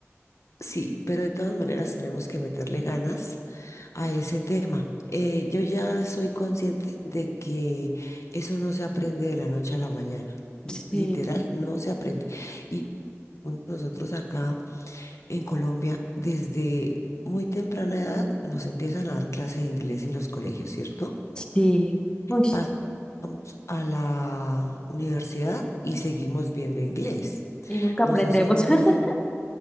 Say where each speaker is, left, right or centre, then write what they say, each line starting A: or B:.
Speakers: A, on the left (about 65°); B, on the left (about 15°).
A: sí, pero de todas maneras tenemos que meterle ganas a ese tema. Eh, yo ya soy consciente de que eso no se aprende de la noche a la mañana. mm,
B: Sí,
A: Literal, no se aprende. Y nosotros acá en Colombia, desde muy temprana edad, nos empiezan a dar clase de inglés en los colegios, ¿cierto?
B: sí. Uy,
A: Pasamos a la universidad y seguimos viendo inglés.
B: y nunca
A: Nos
B: aprendemos
A: hacemos
B: <laughs>
A: un,